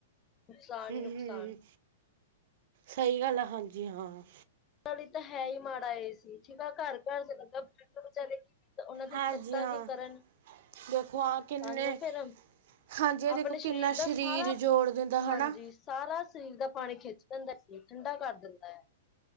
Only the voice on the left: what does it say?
ਨੁਕਸਾਨ
ਹੀ ਨੁਕਸਾਨ
ਲਈ ਤਾਂ ਹੈ ਹੀ ਮਾੜਾ ਇਹਏ ਸੀ ਠੀਕ ਆ ਘਰ ਘਰ ਚਲੂਗਾ ਬਜ਼ੁਰਗ ਵਿਚਾਰੇ। ਤਾਂ ਉਨਾਂ ਦੀਆਂ
ਲੱਤਾਂ
ਕੀ ਕਰਨ।
ਸਾਨੂੰ ਫਿਰ
ਆਪਣੇ
ਦਾ
ਸਾਰਾ
ਹਾਂਜੀ
ਸਾਰਾ ਸਰੀਰ ਦਾ ਪਾਣੀ ਖਿੱਚ ਦਿੰਦਾ ਸਰੀਰ ਠੰਡਾ ਕਰ ਦਿੰਦਾ ਹੈ।